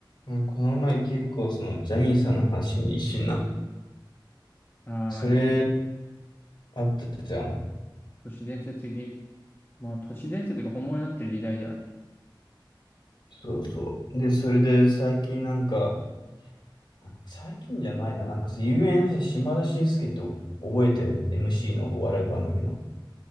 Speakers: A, on the left; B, on the left.
A: うん、この前結構そのジャニーさんの話に一瞬な、
B: ああ、
A: それ
B: なんか、
A: あったじゃん。
B: 都市伝説的、まあ、都市伝説が本物になってる時代だよね。
A: そうそう。で、それで最近なんか、あ最近じゃないな、なんかさ、有名なさ、島田紳介って覚えてる ?MC のお笑い番組の。